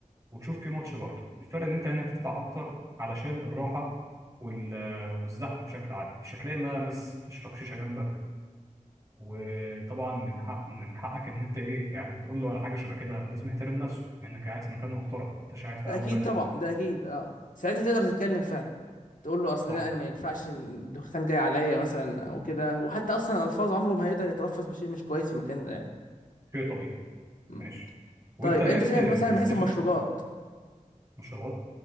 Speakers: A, on the right; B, on the left.
A: وتشوف فيه ماتش برضه الفرق ان انت هنا هتدفع اكتر علشان الراحه وال... والزحمه بشكل عام مش هتلاقي بقى ناس تشرب شيشه جنبك وطبعا من حق من حقك ان انت ايه يعني تقول له على حاجه شبه كده لازم يحترم نفسه انك قاعد في مكان محترم ما انتش قاعد في
B: اكيد
A: قهوه بلدي
B: طبعا ده اكيد اه ساعتها تقدر تتكلم فعلا تقول له اصل
A: صح
B: لا انا ما ينفعش الدخان جاي عليا مثلا او كده وحتى اصلا الفاظ عمره ما هيقدر يتلفظ بشيء مش كويس في المكان ده يعني
A: شيء طبيعي
B: مم.
A: ماشي وانت
B: طيب
A: لعبت
B: انت شايف
A: بلاي
B: مثلا من
A: ستيشن
B: حيث المشروبات
A: مشروبات